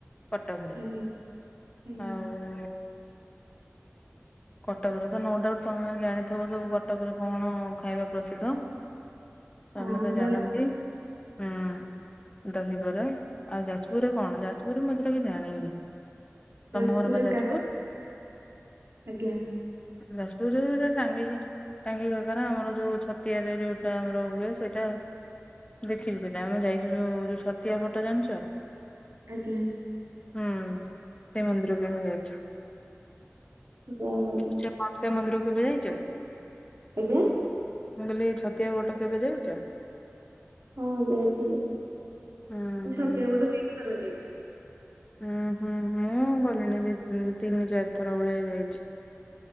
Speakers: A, on the left; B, on the right.
A: କଟକ ରେ
B: ଆଜ୍ଞା ଆଜ୍ଞା
A: ଆଉ କଟକରେ ତ ନୋ ଡାଉଟ ତମେ ଜାଣିଥିବ ଯୋଉ କଟକରେ କଣ ଖାଇବା ପ୍ରସିଦ୍ଧ?
B: ହଁ
A: ସମସ୍ତେ ଜାଣନ୍ତି
B: ଦହି
A: ହୁଁ ଦହିବରା। ଆଉ ଯାଜପୁରରେ କଣ ଯାଜପୁରରେ ମୁଁ ଏତେଟା କିଛି ଜାଣିନି। ତମ
B: ଯାଜପୁରରେ
A: ଘର ବା ଯାଜପୁର
B: କାକ୍ ଆଜ୍ଞା।
A: ଯାଜପୁରରେ ଟାଙ୍ଗି ଟାଙ୍ଗି କାକରା ଆମର ଯୋଉ ଛତିଆରେ ଯୋଉଟା ଆମର ହୁଏ ସେଇଟା ଦେଖିଛି ସେଟା ଆମେ ଯାଇଛୁ ଯୋଉ ଯୋଉ ଛତିଆ ଭଟ ଜାଣିଛ?
B: ଆଜ୍ଞା।
A: ହୁଁ, ସେ ମନ୍ଦିର ବି ଆମେ ଯାଇଛୁ।
B: ଯାହା ହଉ
A: ସେ ମତେ ମନ୍ଦିରକୁ କେବେ ଯାଇଛ?
B: ଆଜ୍ଞା।
A: ମୁଁ କହିଲି ଛତିଆ ବଟ କେବେ ଯାଇଛ?
B: ହଁ, ଯାଇଥିଲି ମୁ
A: ହୁଁ
B: ଛତିଆ
A: ହୁଁ।
B: ବଟ ଦି ଥର ଯାଇଛି।
A: ହୁଁ ହୁଁ ମୁଁ ଗଲିଣି ଦି, ତିନି, ଚାରି ଥର ଭଳିଆ ଯାଇଛି।